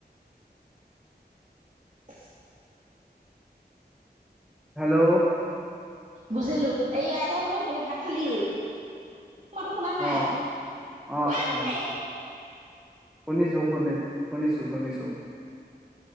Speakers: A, on the right (about 45°); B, in the centre.
A: <unintelligible>
B: হেল্ল'
A: বুজিলো এই এতিয়া বোলো হেৰি ভাত খালি? তো মাততো শুনা নাই
B: অ অ
A: অহ
B: অ
A: হেই
B: শুনিছো শুনি শুনিছো শুনিছো